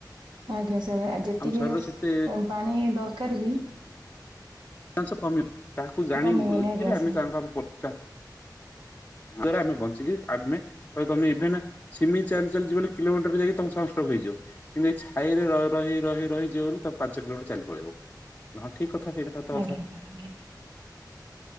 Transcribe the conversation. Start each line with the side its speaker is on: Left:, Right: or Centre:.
Right: ଆଜ୍ଞା ସାର୍ ଯେତିକି
Left: ଆମ ଶରୀର ସେତେ
Right: ପାଣି ଦରକାର ବି
Left: ଚା କମି ତାହାକୁ ଜାଣି
Right: କମିବନି ଆଜ୍ଞା
Left: ଆ
Right: ସାର୍
Left: <unintelligible> ଦରେ ଆମେ ବଞ୍ଚିକି ଆମେ ତମେ ଇଭେନ ସିମି ଚାଲି ଚାଲିଯିବ ବୋଲି କିଲୋମିଟରରେ ଯାଇକି ତମ ସମଷ୍ଟକ ହେଇଯିବ। କିନ୍ତୁ ଏଇ ଛାଇରେ ରହି ରହି ରହି ଯ ବୋଲି ତମ ପାଞ୍ଚ କିଲୋମିଟର ଚାଲି ପଳେଇବ। ହଁ ଠିକ କଥା ସେଇଟା ସତ କଥା।
Right: ଆଜ୍ଞା ସାର୍ ଆଜ୍ଞା